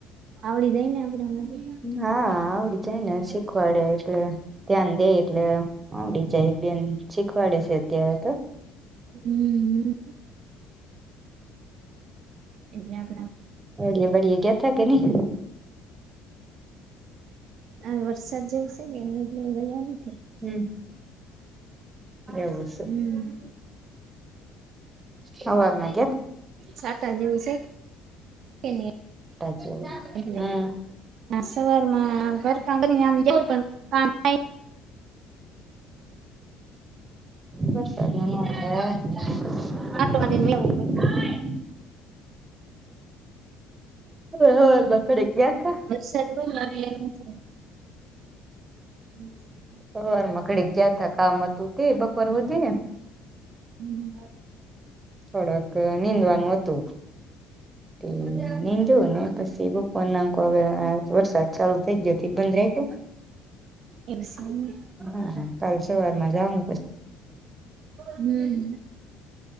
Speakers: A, on the right; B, on the right.
A: આવડી જાય ને આપણા માટે
B: હા આવડી જાય ને શીખવાડે એટલે ધ્યાન દે એટલે આવડી જાય બેન શીખવાડે છે, અત્યારે તો
A: હમ્મ હમ્મ <inaudible> એટલે આમ
B: બળિયા બળિયા ગેતા કેે નઈ
A: આ વરસાદ જેવું છે, કે એ એટલે ગયા નથી.
B: હમ્મ એવું છે.
A: હમ્મ
B: હવારમાં જ
A: સાતાજી વિશે કે એની
B: <unintelligible>
A: એટલે
B: હમ
A: હા સવાર માં ઘર કામ કરી ને કામ થાય એટલે
B: બેસ <unintelligible>
A: આટો મારીને આવવું પડે.
B: હ હવાર બાંકડે ગયા તા
A: સર્વે મળરલમાં જઉ હમ્મ
B: બર મકડી ગયાતા કામ હતું તે બપોર વધે
A: હમ્મ
B: થોડુક નીંદવાનું હતું નીંદ જો ને પછી એ બપોર હવે વરસાદ ચાલુ થઈ ગયો બંધ રાયખો તો
A: એક સમયે
B: હા કાલ સવારમાંજા હુ
A: હમ્મ